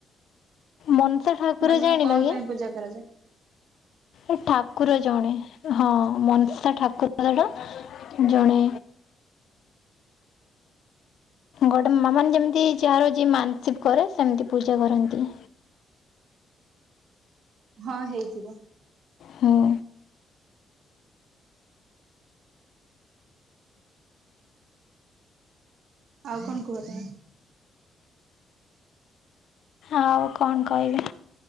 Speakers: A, on the left; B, on the right.
A: ମନସା ଠାକୁର
B: ମାନେ
A: ଜାଣିନ
B: କଣ
A: କି?
B: ପାଇଁ ପୂଜା କରାଯାଏ।
A: ଏ ଠାକୁର ଜଣେ। ହଁ ମନଷା ଠାକୁରଟା ଜଣେ ଗୋଟେ ମ ମାମ ମାନେ ଯେମିତି ଯାହାର ଯିଏ ମାନସିକ କରେ ସେମିତି ପୂଜା କରନ୍ତି।
B: ହଁ ହେଇଯିବ।
A: ହୁଁ।
B: ଆଉ କଣ କୁହ ତବେ?
A: ଆଉ କଣ କହିବି